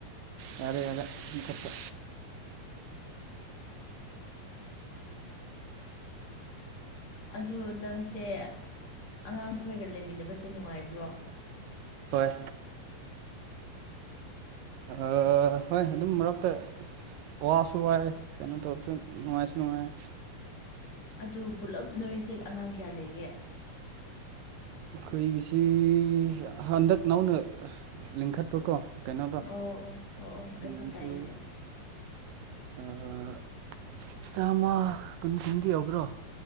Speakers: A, on the right; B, on the left.
A: ꯌꯥꯔꯦ ꯌꯥꯔꯦ ꯃꯨꯊꯠꯄ
B: ꯑꯗꯨ ꯅꯪꯁꯦ ꯑꯉꯥꯡꯈꯣꯏꯒ ꯂꯩꯃꯤꯟꯅꯕꯁꯦ ꯅꯨꯡꯉꯥꯏꯕ꯭ꯔꯣ
A: ꯍꯣꯏ ꯑꯥ ꯍꯣꯏ ꯑꯗꯨꯝ ꯃꯔꯛꯇ ꯋꯥꯁꯨ ꯋꯥꯥꯏ ꯀꯩꯅꯣ ꯇꯧꯕꯁꯨ ꯅꯨꯡꯉꯥꯏꯁꯨ ꯅꯨꯡꯉꯥꯏ
B: ꯑꯗꯨ ꯄꯨꯂꯞ ꯅꯣꯏꯁꯦ ꯑꯉꯥꯡ ꯀꯌꯥ ꯂꯩꯒꯦ
A: ꯑꯈꯣꯏꯒꯤꯁꯤ ꯍꯟꯗꯛ ꯅꯧꯅ ꯂꯤꯡꯈꯠꯄꯀꯣ ꯀꯩꯅꯣꯗꯣ
B: ꯑꯣ ꯑꯣ ꯑꯣ ꯑꯣ ꯑꯩ
A: ꯑ
B: ꯚꯥꯞ
A: ꯑꯗꯨ
B: ꯇꯥꯏꯌꯦ ꯍꯥꯏꯌꯨ
A: ꯑꯥ ꯆꯥꯝꯃ ꯀꯨꯟ ꯀꯨꯟꯗꯤ ꯌꯧꯒꯦꯔꯣ